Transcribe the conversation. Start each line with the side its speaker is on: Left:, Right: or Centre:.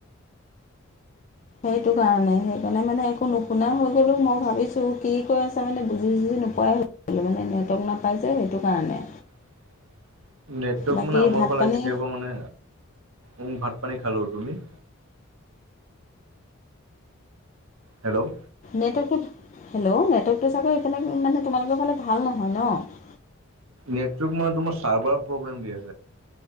Left: সেইটো কাৰণে সেইকাৰণে মানে একো নুশুনা হৈ লো মই ভাবিছোঁ কি কৈ আছে মানে বুজি-চুজি নোপোৱাই হৈ গ'লো মানে নেটৱৰ্ক নাপাই যে সেইটো কাৰণে।
Right: <inaudible> নেটৱৰ্ক
Left: বাকী
Right: মানে আমাৰ
Left: ভাত
Right: ফালে
Left: পানী
Right: কেতিয়াবা মানে, উ ভাত-পানী খালো, তুমি? হেল্ল'।
Left: নেটৱৰ্কত হেল্ল', নেটৱৰ্কটো চাগৈ এইফালে মানে তোমালোকৰ ফালে ভাল নহয় ন?
Right: নেটৱৰ্ক মানে তোমাৰ চাৰ্ভাৰ প্ৰব্লেম দি আছে।